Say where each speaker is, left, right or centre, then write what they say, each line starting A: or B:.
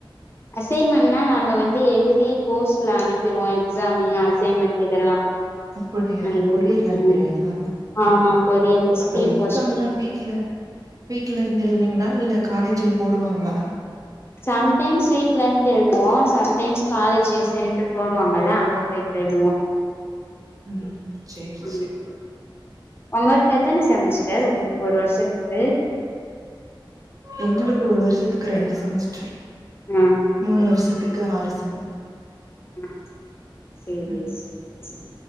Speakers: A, on the left; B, on the right.
A: அசைன்மெண்ட்னா நாங்க வந்து எழுதி போஸ்ட்ல அனுப்பிடுவோ எக்ஸாமியா அசைமெண்ட் இதெல்லா
B: அப்புடியா
A: அந்த
B: கொரியர்ல அனுப்பிருவீங்களா
A: ம் ஆமா கொரியர்ல ஸ்பீட்
B: அப்ப எக்ஸாம்லா
A: போஸ்ட்
B: வீட்டு்ல வீட்டுல இருந்து எழுவீங்களா இல்ல காலேஜ்ல போடுவாங்களா
A: சம்டைம்ஸ் வீட்ல இருந்து எழுதுவோம் சம்டைம்ஸ் காலேஜ் சென்ட்டர் போடுவாங்கல்ல அங்க போயிட்டு எழுதுவோ
B: ம் சேர்
A: ம்
B: சேர்
A: உங்களுக்கு ஏத்தன செமஸ்டர் ஒரு வருஷத்துக்கு
B: எங்களுக்கு ஒரு வருஷத்துக்கு ரெண்டு செமஸ்டர்
A: ம்
B: மூணு வருஷத்துக்கு ஆறு செம்
A: ஆ சேரி
B: ம்
A: சேரி